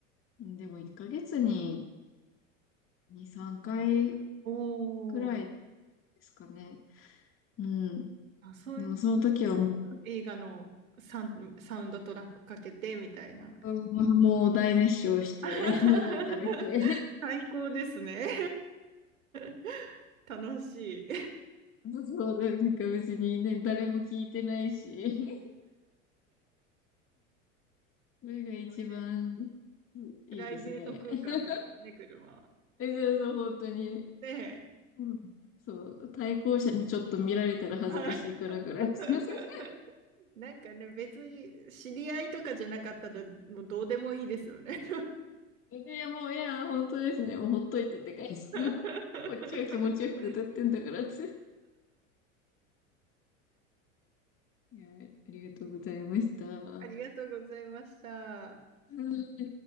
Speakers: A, on the left; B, on the right.
A: でも1ヶ月に2、3回
B: おー。
A: くらいですかね。うん。
B: あ、そういう時になんか映画のサン、
A: でもその時はもう、
B: サウンドトラックかけてみたいな。
A: うんもう大熱唱して、
B: <laughs>
A: <laughs> 喉痛めて。<laughs>
B: 最高ですね。<laughs> 楽しい。
A: そう、なんか別にね、誰も聞いてないし。<laughs> それが一番
B: <laughs>
A: いいですね。
B: プライベート空間ですもんね、
A: <laughs>
B: 車は。
A: え、じゃあ、本当に、
B: ね
A: うんそう、対向車にちょっと見られたら恥ずかしいからぐらい。
B: え。<laughs>
A: <laughs>
B: なんかね、別に知り合いとかじゃなかったら、もうどうでもいいですよね。
A: いや、もう、いや、本当ですね。もうほっといてって感じ。
B: <laughs>
A: <laughs> こっちは気持ちよく歌ってんだからって。いや、ありがとうございました。う
B: ありがとうございました。
A: ん